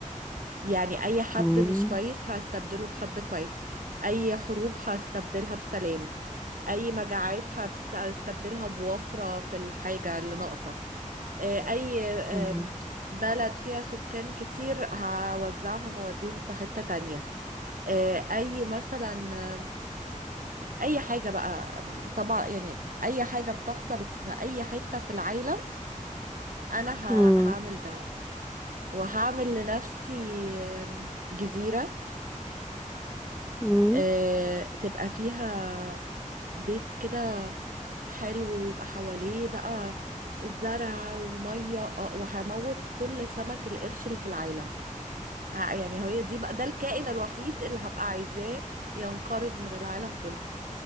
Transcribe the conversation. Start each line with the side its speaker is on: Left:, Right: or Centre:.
Right: يعني أي حد
Centre: مم.
Right: مش كويس هستبدله بحد كويس أي حروب هستبدلها بسلام أي مجاعات هبست- هستبدلها بوفرة في الحاجة اللي ناقصة آه، أي آم،
Centre: مم.
Right: بلد فيها سكان كتير هوزعهم وأوديهم في حتة تانية آه، أي مثلا آه، أي حاجة بقى آم، طبعا يعني أي حاجة بتحصل في أي حتة في العالم أنا ه-
Centre: مم.
Right: هعمل ده وهعمل لنفسي آم، جزيرة
Centre: مم.
Right: آه، تبقى فيها بيت كده حلو ويبقى حواليه بقى زرع ومية آه، وهموت كل سمك القرش اللي في العالم آه، يعني هي دي بقى ده الكائن الوحيد اللي هبقى عايزاه ينقرض من العالم كله